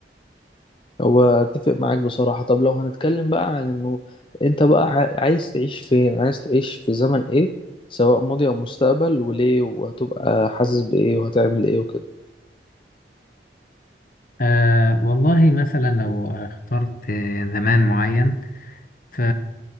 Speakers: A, on the left; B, on the left.
A: هو اتفق معاك بصراحة طب لو هنتكلم بقى عن انه انت بقى عا- عايز تعيش فين عايز تعيش في زمن ايه سواء ماضي او مستقبل وليه وهتبقى حاسس بايه وهتعمل ايه وكده
B: آه والله مثلا لو اخترت آه، زمان معين ف